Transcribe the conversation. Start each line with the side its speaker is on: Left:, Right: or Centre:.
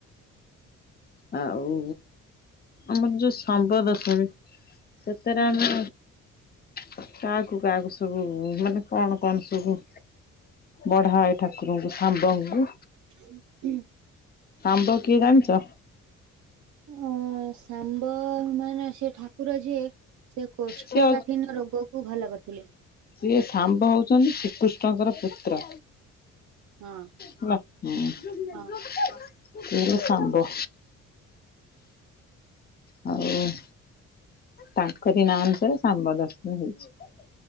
Left: ଆ ଆଉ ଆମର ଯୋଉ ସମ୍ପ୍ରଦାୟୀ ସତରେ
Right: ହୁଁ
Left: ଆମେ କାହାକୁ କାହାକୁ ସବୁ ମାନେ କଣ କଣ ସବୁ- ବଢାଏ ଠାକୁରଙ୍କୁ ସାମ୍ବଙ୍କୁ
Right: ହୁଁ।
Left: ଆମ୍ଭ କିଏ ଜାଣିଛ?
Right: ଅ ଶାମବ ମାନେ ସେ ଠାକୁ ଠାକୁର ଯିଏ ସେ କୋଷ୍ଠକାଠିନ
Left: ସିଏ
Right: ରୋଗକୁ ଭଲ କରିଥିଲେ।
Left: ସେିଏ ଶମ୍ବ ହଉଛନ୍ତି ଶ୍ରୀକୃଷ୍ଣଙ୍କର ପୁତ୍ର।
Right: ହଁ
Left: ହଲା ହଁ <unintelligible>
Right: ହଁ
Left: ଲେ ସମ୍ଭବ ହଉ <unintelligible> ତାଙ୍କ ନା ଅନୁସାରେ ଶମ୍ବ ଦଶମୀ ହେଇଛି